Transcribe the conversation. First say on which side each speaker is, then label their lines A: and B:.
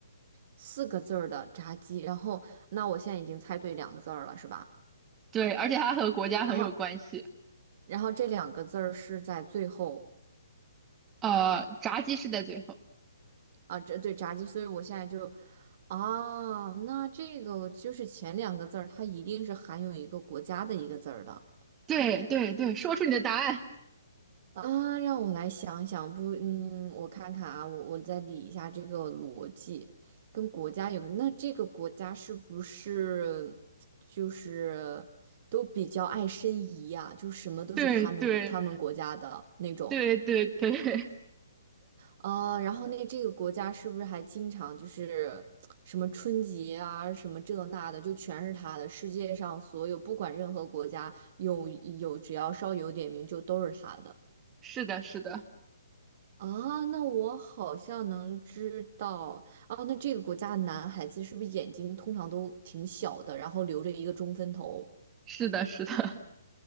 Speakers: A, on the right; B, on the right.
A: 四个字儿的炸鸡。然后那我现在已经猜对两个字儿了，是吧？
B: 对，而且它和国家很有关系。
A: 然后然后这两个字儿是在最后。
B: 呃，炸鸡是在最后。
A: 啊，这对炸鸡，所以我现在就，啊，那这个就是前两个字儿，它一定是含有一个国家的一个字儿的
B: 对对对，说出你的答案。
A: 啊。让我来想想，不，嗯，我看看啊，我我再理一下这个逻辑，跟国家有，那这个国家是不是就是都比较爱申遗呀、就什么都是他们国他们国家的那种。
B: 对对对对对，<laughs>
A: 啊，然后那这个国家是不是还经常就是什么春节啊，什么这那的，就全是他的。世界上所有不管任何国家有有，只要稍有点名就都是他的
B: 是的，是的，
A: 啊。那我好像能知道啊，那这个国家的男孩子是不是眼睛通常都挺小的，然后留着一个中分头
B: 是的，是的，